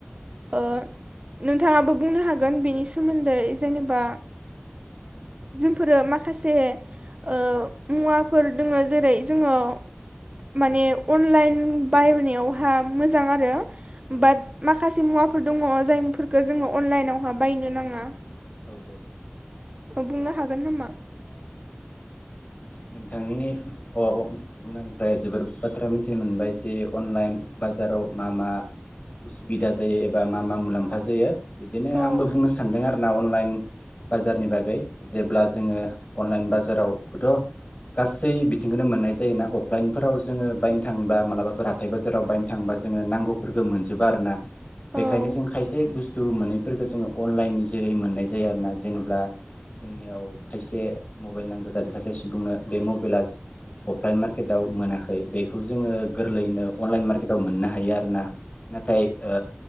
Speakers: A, on the left; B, on the right.
A: औ
B: ओ नोंथाङाबो बुंनो हागोन बेनि सोमोन्दै जेनेबा जोंफोरो माखासे ओ मुवाफोर जोङो जेरै जोङो माने अनलाइन बायनायावहा मोजां आरो
A: औ
B: बाट माखासे मुवाफोर दङ जायफोरखौ जोङो अनलाइनावहा बायनो नाङा।
A: औ औ।
B: बुंनो हागो हागोन खोमा।
A: नोंथांनि बुंनायनिफ्राय जोबोर बाथ्रा मिथिनो मोनबाय जे अनलाइन बाजाराव मा मा उसुबिदा जायो एबा मा मा मुलाम खाजोयो बिदिनो
B: एबा
A: आंबो बुंनो सानदों आर ना अनलाइन बाजारनि बागै जेब्ला जोङो अनलाइन बाजाराव खथ गासै बिथिंखौनो मोननाय जायोना अफलाइनफोराव जोङो बायनो थांङोबा मालाबाफोर हाथाय बाजाराव बायनो थांङोबा जोङो नांगौफोरखौ मोनजोबा आरो ना बेखायनो
B: मोननाय जायो ना अफलाइनफोराव जोङो बायनो थाङोब्ला मालाबाफोर
A: जों खायसे बुस्थु मोनैफोरखौ जोङो अनलाइननि जोहै मोननाय जायो आरो ना जेनेबा जोंनियाव खायसे मबाइल नांगौ जादों सासे सु बुंनो बे मबाइला अफलाइन मार्केटाव मोनाखै बे खौ जोङो गोरलैनो अनलाइन मार्केट आव मोननो हायो आरो ना। नाथाय ओ